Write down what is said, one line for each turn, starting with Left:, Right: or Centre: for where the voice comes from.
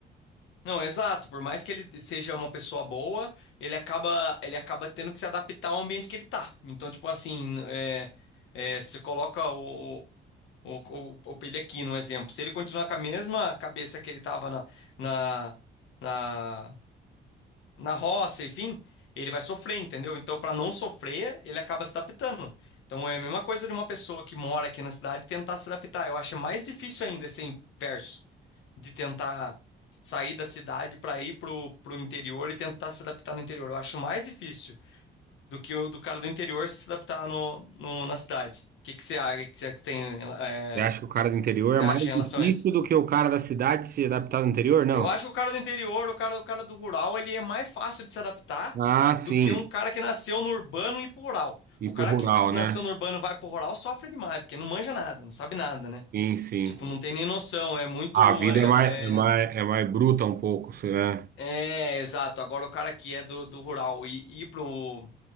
Left: Não, exato. Por mais que ele seja uma pessoa boa, ele acaba, ele acaba tendo que se adaptar ao ambiente que ele tá. Então, tipo assim, é, é, você coloca o, o, o, o Pelé aqui no exemplo. Se ele continuar com a mesma cabeça que ele tava na, na, na, na roça, enfim, ele vai sofrer, entendeu? Então, para não sofrer, ele acaba se adaptando. Então, é a mesma coisa de uma pessoa que mora aqui na cidade tentar se adaptar. Eu acho mais difícil ainda esse inverso de tentar sair da cidade para ir pro, pro interior e tentar se adaptar no interior. Eu acho mais difícil do que o do cara do interior se adaptar no, no- na cidade. O que que você acha, que você tem, é,
Right: Você acha que o cara do interior
Left: você
Right: é mais
Left: acha em relação
Right: difícil
Left: a isso?
Right: do que o cara da cidade se adaptar no interior? Não.
Left: Eu acho que o cara do interior, o cara, o cara do rural, ele é mais fácil de se adaptar
Right: Ah, sim.
Left: do que um cara que nasceu no urbano e ir pro rural. O
Right: Ir
Left: cara
Right: pro rural,
Left: que nasceu
Right: né?
Left: no urbano e vai pro rural sofre demais, porque não manja nada, não sabe nada, né?
Right: Sim, sim.
Left: Tipo, não tem nem noção, é muito,
Right: A vida
Left: é,
Right: é mais,
Left: é
Right: é mais, é mais bruta um pouco, sei lá.
Left: É, exato. Agora o cara que é do, do rural e ir pro,